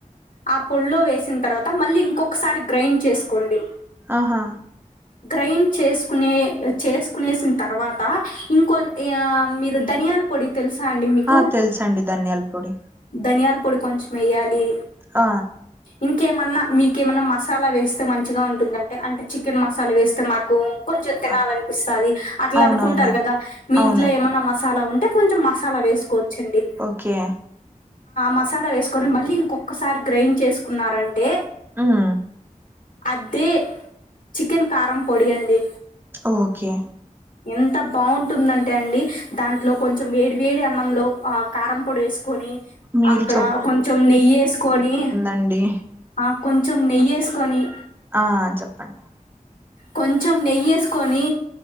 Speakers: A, on the left; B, on the right.
A: ఆ పొడ్లో వేసిన తర్వాత మళ్ళీ ఇంకొకసారి గ్రైండ్ చేసుకోండి
B: ఆహా
A: గ్రైండ్ చేసుకునే చేసుకునేసిన తర్వాత ఇంకొ ఆ మీరు ధనియాల పొడి తెలుసా అండి మీకు
B: ఆ తెలుసండి ధనియాల పొడి
A: ధనియాల పొడి కొంచెం వెయ్యాలి
B: ఆ
A: ఇంకేమన్నా మీకేమన్నా మసాలా వేస్తే మంచిగా ఉంటుందంటే అంటే చికెన్ మసాలా వేస్తే మాకు కొంచెం తినాలినిపిస్తాది
B: అ
A: అట్లా
B: అవునవును
A: అనుకుంటారు కదా మీ
B: అవును
A: ఇంట్లో ఏమైన్నా మసాలా ఉంటే కొంచెం మసాలా వేసు కోచ్చండి
B: ఓకే
A: మసాలా వేసుకొని మళ్ళీ ఇంకొక్కసారి గ్రైండ్ చేసుకున్నారంటే
B: అహ
A: అదే చికెన్ కారం పొడి అండి
B: ఓకే
A: అ ఎంత బాగుంటుందంటే అండి దాంట్లో కొంచెం వేడి వేడి అన్నంలో ఆ కారం పొడి వేసుకొని
B: మీరు
A: అక్కడ కొంచెం నెయ్యేసుకొని
B: అండి
A: ఆ కొంచెం నెయ్యేసుకొని
B: ఆ చెప్పండి
A: కొంచెం నెయ్యేసుకొని